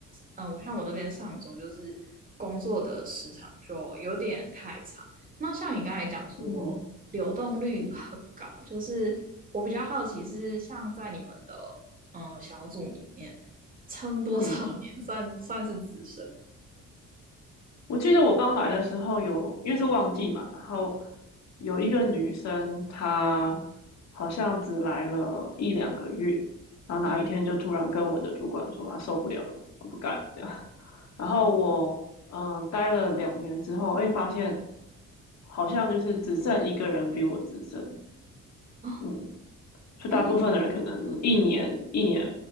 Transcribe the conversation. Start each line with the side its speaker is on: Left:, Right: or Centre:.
Right: 嗯，我像我这边上周就是工作的时长就有点太长。那像你刚才讲说流动率很高，
Left: 嗯
Right: 就是我比较好奇是像在你们的嗯小组里面。撑多少年
Left: 嗯。
Right: <laughs> 算算是资深？
Left: 我记得我刚来的时候有，因为是旺季嘛，然后有一个女生，她好像只来了一两个月，然后哪一天就突然跟我的主管说她受不了了，
Right: 嗯，
Left: 她不干这样。然后我嗯待了两年之后，
Right: 嗯，
Left: 会发现好像就是只剩一个人比我资深，
Right: 哦，
Left: 嗯，就大部分的人可能一年一年
Right: 比你资深，嗯